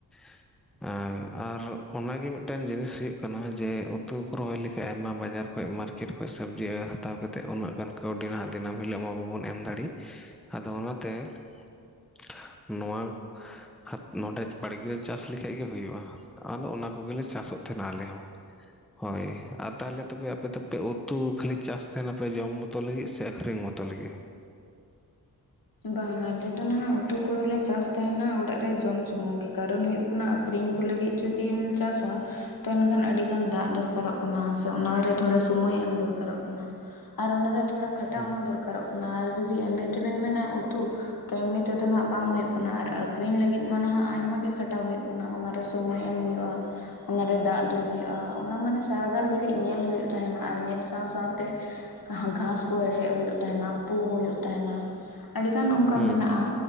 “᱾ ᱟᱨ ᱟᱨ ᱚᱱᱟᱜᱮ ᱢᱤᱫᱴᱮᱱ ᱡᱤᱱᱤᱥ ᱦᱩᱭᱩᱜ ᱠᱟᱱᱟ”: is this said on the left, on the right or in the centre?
Centre